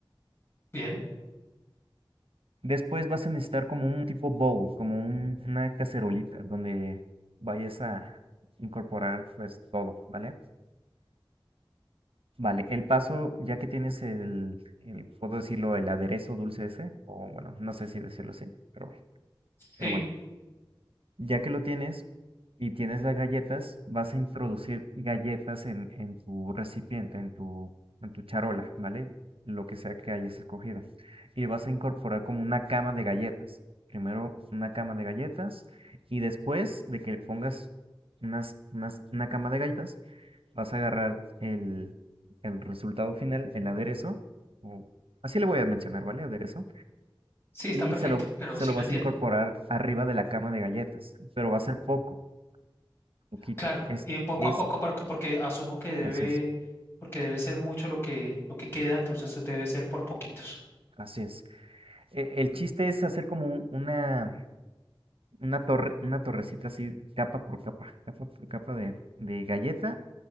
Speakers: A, on the left (about 25°); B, on the right (about 85°).
A: Bien,
B: Después vas a necesitar como un tipo bowl, como un- una cacerolita donde vayas a incorporar pues todo, ¿vale? Vale, el paso, ya que tienes el, el, puedo decirlo, el aderezo dulce ese, o bueno, no sé si decirlo así, pero, pero
A: sí,
B: bueno. Ya que lo tienes y tienes las galletas, vas a introducir galletas en, en tu recipiente, en tu, en tu charola, ¿vale? Lo que sea que hayas escogido. Y vas a incorporar como una cama de galletas. Primero una cama de galletas y después de que pongas unas, unas, una cama de galletas, vas a agarrar el, el resultado final, el aderezo. o- así le voy a mencionar, ¿vale? Aderezo
A: sí, está
B: y
A: perfecto,
B: se lo,
A: pero
B: se
A: sí
B: lo vas
A: lo entiendo.
B: a incorporar arriba de la cama de galletas, pero va a ser poco, poquito.
A: Claro,
B: Es,
A: eh, poco
B: es,
A: a poco, porque, porque asumo que debe,
B: así es,
A: porque debe ser mucho lo que, lo que queda, entonces debe ser por poquitos.
B: así es. E- El chiste es hacer como un- una, una torre, una torrecita así, capa por capa, capa por capa de, de galleta,